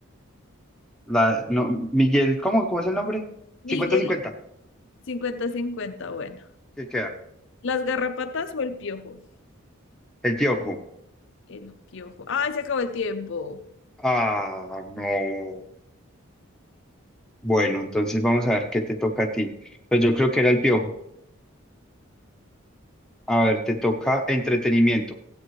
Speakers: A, in the centre; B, on the left (about 60°).
A: La, no, Miguel, ¿cómo, cómo es el nombre?
B: Miguel,
A: cincuenta cincuenta
B: cincuenta-cincuenta, bueno.
A: ¿Qué queda?
B: ¿Las garrapatas o el piojo?
A: El piojo.
B: El piojo. ¡Ay, se acabó el tiempo!
A: Ah, no. Bueno, entonces vamos a ver qué te toca a ti. Pues yo creo que era el piojo. A ver, te toca entretenimiento.